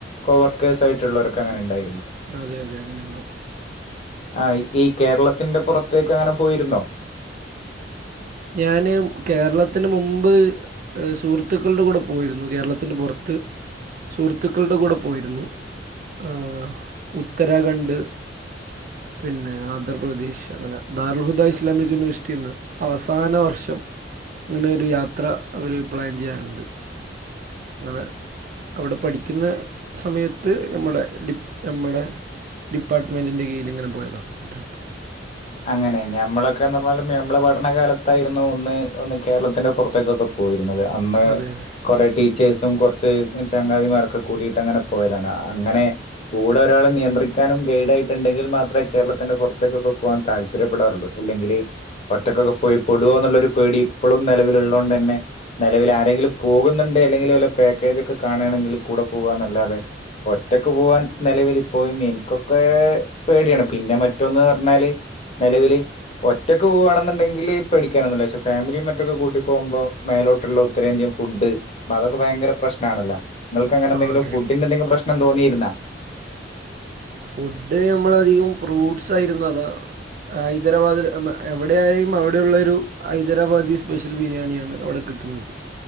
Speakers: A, on the left (about 35°); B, on the right (about 50°).
A: കോവർക്കേഴ്സ് ആയിട്ടുള്ളവർക്കെ അങ്ങനെ ഉണ്ടായിരുന്നു
B: അതെ അതെ അങ്ങനെ ഉണ്ടാവും
A: ആയി ഈ കേരളത്തിന്റെ പുറത്തേക്ക് അങ്ങനെ പോയിരുന്നോ?
B: ഞാന് കേരളത്തിന് മുമ്പ് ഏ സുഹൃത്തുക്കളുടെ കൂടെ പോയിരുന്നു കേരളത്തിന്റെ പുറത്ത് സുഹൃത്തുക്കളുടെ കൂടെ പോയിരുന്നു ഏഹ് ഉത്തരാഖണ്ഡ് പിന്നെ ആന്ധാപ്രദേശ് അങ്ങനെ ദാൽഹുദ ഇസ്ലാമിക് യൂണിവേഴ്സിറ്റിന്ന് അവസാന വർഷം ഇങ്ങനെ ഒരു യാത്ര അവർ പ്ലാൻ ചെയ്യാറുണ്ട് അങ്ങനെ അവിടെ പഠിക്കുന്ന സമയത്ത് നമ്മടെ ഡി നമ്മുടെ ഡിപ്പാർ്മെൻറിൻറെ കീഴിലിങ്ങനെ പോയതാണ് ട്രിപ്പ്
A: അങ്ങനെ ഞമ്മളൊക്കെന്ന് പറഞ്ഞാലും ഞമ്മളെ പഠനകാലത്തായിരുന്നു ഒന്ന് ഒന്ന് കേരളത്തിന്റെ പുറത്തേക്കൊക്കെ പോയിരുന്നത് അന്ന്
B: അതെ അതെ
A: കുറെേ ടീച്ചേഴ്സും കുറച്ച് ചങ്ങാതിമാരൊക്കെ കൂടിയിട്ട് അങ്ങനെ പോയതാണ് അങ്ങനെ കൂടെ ഒരാൾ നിയന്ത്രിക്കാനും ഗൈഡ് ആയിട്ടുണ്ടെങ്കിൽ മാത്രമേ കേരളത്തിന്റെ പുറത്തേക്കൊക്കെ പോവാൻ താല്പര്യപ്പെടാറുള്ളു അല്ലെങ്കിൽ ഒറ്റക്കൊക്കെ പോയി പെടുവോ എന്നുള്ളൊരു പേടി ഇപ്പളും നിലവിൽ ഉള്ളോണ്ടന്നെ നിലവിൽ ആരെങ്കിലും പോകുന്നുണ്ട് അല്ലെങ്കിലും വല്ല പാക്കേജ് ഒക്കെ കാണാണെങ്കിൽ കൂടെ പോവാന്നല്ലാതെ ഒറ്റക്ക് പോവാൻ നിലവിൽ ഇപ്പോഴും എനിക്കൊക്കെ പേടിയാണ് പിന്നെ മറ്റ്റൊന്ന് പറഞ്ഞാല് നിലവിൽ ഒറ്റക്കക് പോവാണെന്നുണ്ടെങ്കില് പേടിക്കാനൊന്നുല്ല, പക്ഷെ ഫാമിലിയും മറ്റൊക്കെ കൂട്ടി പോകുമ്പോ മേലോട്ടുള്ള ഉത്തരേന്ത്യൻ ഫുഡ് അതൊക്ക ഭയങ്കര പ്രശ്നണല്ലോ നിങ്ങൾക്ക്ങ്ങെന്തെങ്കിലും
B: ആ അതെ
A: ഫുഡി ന്റെ ന്തെങ്കിലും പ്രശ്‍നം തോന്നിയിരുന്നോ
B: ഫുഡ് നമ്മൾ അധികം ഫ്രൂട്ട്സ് ആയിരുന്നു അതാ ഹൈദരാബാദിൽ അമ്മ എവിടെയായാലും അവിടെയുള്ളൊരു ഹൈദരാബാദി സ്പെഷ്യൽ ബിരിയാണിയാണ് അവിടെ കിട്ടുന്നത്